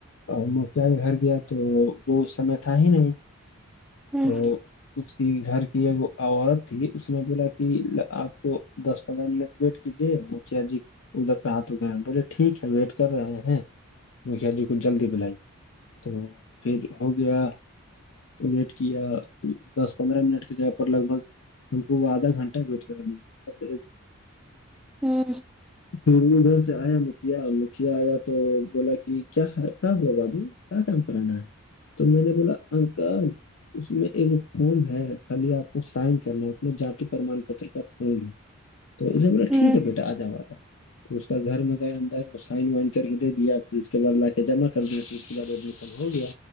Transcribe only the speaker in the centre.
ہوں
ہوں
ہوں